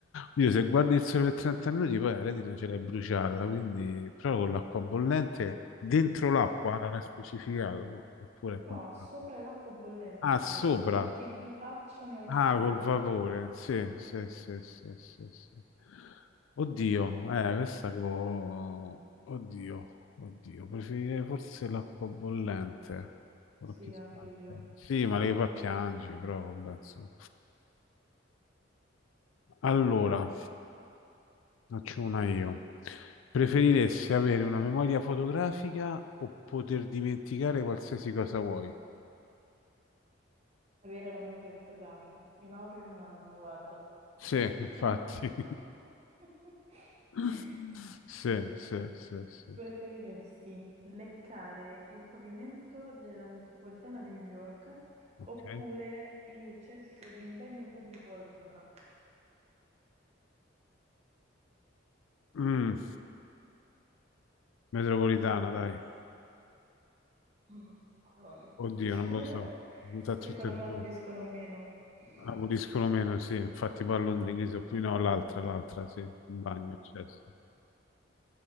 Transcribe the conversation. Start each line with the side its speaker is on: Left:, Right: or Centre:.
Left: Oddio, se guardi il sole per 30 minuti poi la retina ce l'hai bruciata, quindi però con l'acqua bollente dentro l'acqua ah, non è specificato, no? Oppure a
Right: No,
Left: contatto.
Right: sopra l'acqua bollente
Left: Ah,
Right: per
Left: sopra.
Right: un'ora, ti metti di faccia nell'acqua
Left: Ah,
Right: bollente.
Left: col vapore. Sì, sì, sì, sì, sì, sì. Oddio, eh, questa co... Oddio, oddio, preferirei forse l'acqua bollente. Però
Right: Sì,
Left: chi sa.
Right: anche io.
Left: Sì, ma le fa piangi, però vabbè, insomma. Allora, faccio una io. Preferiresti avere una memoria fotografica o poter dimenticare qualsiasi cosa vuoi?
Right: Avere la memoria fotografica. Mi laureo in un anno, guarda.
Left: Sì,
Right: <laughs>
Left: infatti.
Right: <laughs>
Left: <laughs> Sì, sì, sì, sì.
Right: Preferiresti leccare il pavimento della metropolitana di New York
Left: Ok.
Right: oppure il cesso di un bagno pubblico a Londra?
Left: Mm, metropolitana, dai.
Right: Mm, Madonna.
Left: Oddio,
Right: <laughs>
Left: non lo so. Da
Right: Secondo
Left: tutte e due.
Right: me la puliscono meno. <laughs>
Left: Aboliscono meno, sì. Infatti poi a Londra inglese, oppure no, l'altra, l'altra, sì. Il bagno, certo.